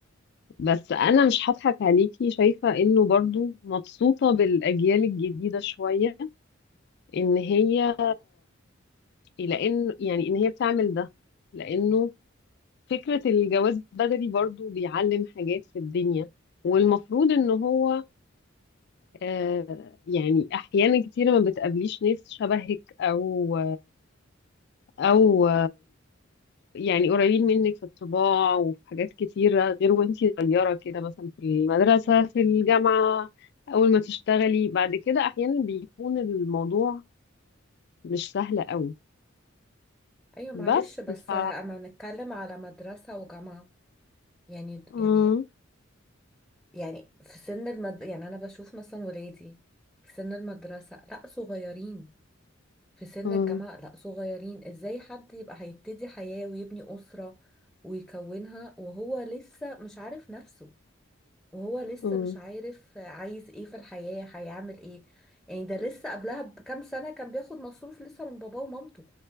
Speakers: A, on the left (about 55°); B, in the centre.
A: بس انا مش هضحك عليكي شايفة انه برضو مبسوطة بالاجيال الجديدة شوية ان هي لان يعني ان هي بتعمل ده لانه فكرة الجواز بدري برضو بيعلم حاجات في الدنيا والمفروض ان هو آه يعني احيانا كتيرة ما بتقابليش ناس شبهك او او يعني قريبين منك في الطباع وفي حاجات كتيرة غير وانتي صغيرة كده مثلا في المدرسة في الجامعة أول ما تشتغلي بعد كده أحيانا بيكون الموضوع مش سهل قوي
B: ايوه معلش
A: بس
B: بس
A: ف
B: اما نتكلم على مدرسة وجامعة يعني
A: مم،
B: يعني يعني في سن المد... يعني انا بشوف مثلا ولادي في سن المدرسة لا صغيرين في سن
A: مم،
B: الجامعة لا صغيرين ازاي حد يبقى هيبتدي حياة ويبني أسرة ويكونها وهو لسه مش عارف نفسه وهو لسه
A: مم،
B: مش عارف عايز ايه في الحياة هيعمل ايه يعني ده لسه قبلها بكام سنة كان بياخد مصروف لسه من باباه ومامته